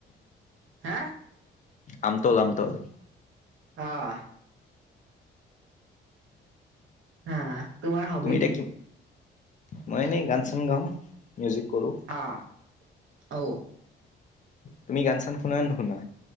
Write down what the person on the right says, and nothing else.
হা।
অ'। হা তোমাৰ হবি
কি?
অ', অ'।